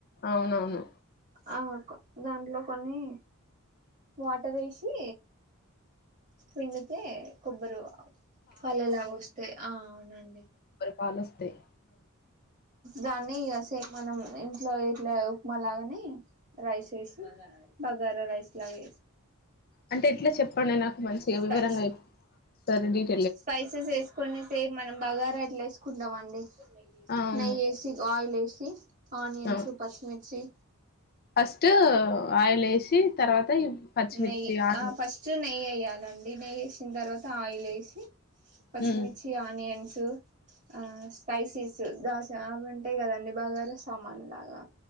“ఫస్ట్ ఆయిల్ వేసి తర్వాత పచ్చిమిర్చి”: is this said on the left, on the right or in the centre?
Left